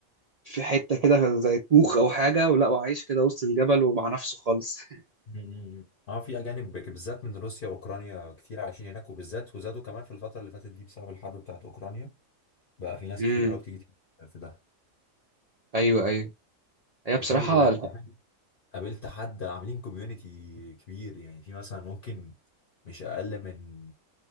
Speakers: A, on the right; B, on the left.
A: في حته كده زي كوخ او حاجه ولا وعايش كده وسط الجبل ومع نفسه خالص <laughs>
B: مم. اه في أجانب بك- بالذات من روسيا وأوكرانيا كتير عايشين هناك وبالذات وزادوا كمان في الفترة اللي فاتت دي بسبب الحرب بتاعت أوكرانيا بقى في ناس
A: امم
B: كتير قوي بتيجي تيجي في دهب
A: ايوه ايوه هي
B: كتير
A: بصراحه
B: يعني أنا قابلت قابلت حد عاملين كوميونيتي كبير يعني في مثلا ممكن مش أقل من